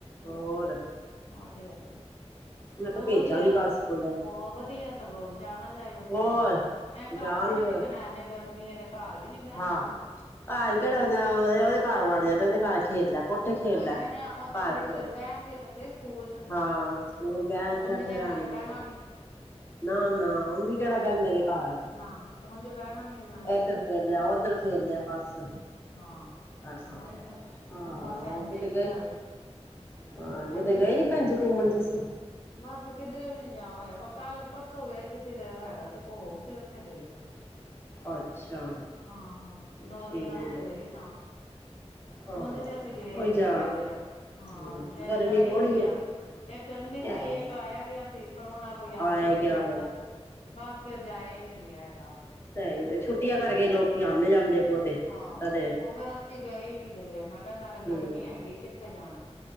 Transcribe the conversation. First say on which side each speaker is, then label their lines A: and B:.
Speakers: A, on the left; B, on the left.
A: ਹੋਰ
B: ਉਹ ਤੇ ਹੈ ਹੀ
A: ਮੈਂ ਕਿਹਾ
B: ਸਗੋਂ
A: ਭੇਜਾਂਗੀ
B: ਵਧੀਆ ਹੈ।
A: ਕੱਲ ਸਕੂਲੇ
B: ਵਧੀਆ ਸਗੋਂ, ਜਾਣਾ ਚਾਹੀਦਾ ਸਕੂਲੇ।
A: ਹੋਰ
B: ਐਂ,
A: ਜਾਣਗੇ
B: ਘਰ ਕਿਹੜਾ, ਟਿੱਕਣਾ ਜੇ, ਗਰਮੀ ਹੈ। ਤੇ ਘਰ ਵੀ, ਨੀ ਬਹਿਣਾ
A: ਹਾਂ
B: ਇਹਨਾਂ ਨੇ।
A: ਘਰ ਕਿਹੜਾ, ਉਹਦੇ ਘਰ ਵੜ ਜਾ, ਤੇ ਉਹਦੇ ਘਰ ਖੇਲ ਲਾ। ਕੋਠੇ ਖੇਲ
B: ਉਹੀ
A: ਲੈ,
B: ਤੇ ਕਹਿੰਦੇ ਆ ਉੱਥੇ
A: ਘਰ
B: ਥੋੜੀ
A: ਖੇਲ।
B: ਦੇਰ ਬਹਿਣਗੇ ਤਾਂ ਸਹੀ ਸਕੂਲ ਚ
A: ਹਾਂ, ਸਕੂਲ। ਵਿਆਹ,
B: ਉਝ
A: ਚੱਠ
B: ਤੇ
A: ਹਾਰ
B: ਇਹਨਾਂ
A: ਆ ਨੀ
B: ਨੇ
A: ਕਿਸੇ
B: ਬਹਿਣਾ
A: ਨੂੰ। ਨਾ- ਨਾ, ਉਝ ਵੀ ਕਿਹੜਾ, ਬੈਂਦੇ ਨੇ ਘਰ,
B: ਨਾ ਉਝ ਬਹਿਣਾ ਨੀ ਇਹਨਾਂ ਨੇ
A: ਇਧਰ ਫਿਰ ਲਿਆ। ਇੱਧਰ, ਫੇਰ ਲਿਆ ਬਸ।
B: ਹਾਂ।
A: ਅਸ,
B: ਉਹੀ ਨਾ
A: ਹਾਂ।
B: ਬਸ ਇੰਝ
A: ਔ ਕਿਤੇ
B: ਹੀ
A: ਗਏ।
B: ਆ
A: ਹੋਰ,
B: ਹਾਂਜੀ
A: ਕਿਤੇ ਗਏ ਨੀ, ਭੈਣ ਜੀ ਘੁੰਮਣ ਤੁਸੀਂ।
B: ਬਸ, ਕਿੱਧਰੇ ਵੀ, ਨੀ ਜਾ ਹੋਇਆ। ਵਾ ਕੱਲ। ਪਰਸੋਂ ਗਏ ਕਿਸੇ ਦੇ, ਹੈਗਾ ਸੀ। ਭੋਗ ਸੀ। ਉੱਥੇ ਗਈ ਸਾ।
A: ਅੱਛਾ
B: ਹਾਂ, ਹਾਂ। ਦੋ
A: ਠੀਕ
B: ਦਿਨ ਵਾਸਤੇ ਗਈ ਸਾਂ।
A: ਹਾਂ
B: ਉਝ ਤੇ ਅਸੀਂ ਗਏ
A: ਉਹ
B: ਨੀ ਕਿਤਰੇ
A: ਜਾ
B: ਵੀ। ਹਾਂ,
A: ਹਮ ਗਰਮੀ
B: ਜਾਏ
A: ਥੋੜ੍ਹੀ
B: ਹੀ ਨਹੀਂ ਗਿਆ।
A: ਹੈ
B: ਇਕ ਗਰਮੀ
A: ਤੇ
B: ਸੀ।
A: ਆਏ
B: ਇੱਕ ਆਇਆ ਗਿਆ ਸੀ। ਪਰੁਣਾ ਕੋਈ ਆਉਂਦਾ
A: ਆਇਆ
B: ਹੈ। ਕੋਈ
A: ਗਿਆ
B: ਜਾਂਦਾ ਹੈ। ਬਸ ਫੇਰ, ਜਾਇਆ ਹੀ, ਨਹੀਂ ਗਿਆ ਹੈਗਾ।
A: ਉ ਤੇ, ਹੈ, ਹੀ, ਹੈ। ਛੁੱਟੀਆਂ ਕਰਕੇ ਲੋਕੀ ਆਉਂਦੇ ਜਾਂਦੇ। ਬਹੁਤੇ
B: ਹਾਂ।
A: ਏਦਾਂ ਦੇ
B: ਉਹ ਫੇਰ, ਅਸੀਂ ਗਏ ਹੀ ਨੀ, ਕਿਧਰੇ। ਮੈਂ। ਫੇਰ ਨਾਲੇ,
A: ਹਮ
B: ਗਰਮੀ ਹੈਗੀ, ਕਿੱਥੇ ਜਾਣਾ ਏ।